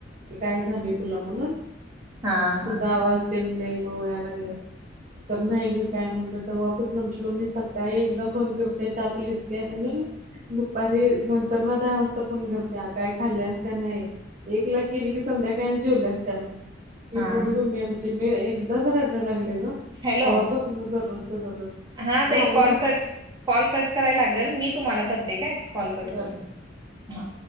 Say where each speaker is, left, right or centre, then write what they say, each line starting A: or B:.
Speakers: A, on the right; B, on the right.
A: कि काय? झाल तुला म्हणून
B: हा हा
A: तुझा आवाज तेल म वया लागलं. तर नाही ग काय म्हणलं तर वापस नमची मम्मी सकाळी एकदा फोन करते. पलीस घ्या म्हणूनु दुपारी नंतर ना दहा वाजता फोन करत्या काय खाल्ल्यास का नाही. एक ला केली की संध्याकाळ जेवल्यास का? म
B: हा
A: एवढी मम्मी आमची मी एकदाच रड लागलेल.
B: हॅलो
A: तेव्हापास दररोजच्या दररोज
B: हा ताई
A: झालं
B: call
A: the
B: cut call cut करायला लागेल मी तुम्हाला करते काय कॉल कट
A: बर
B: करून
A: बर.
B: हा.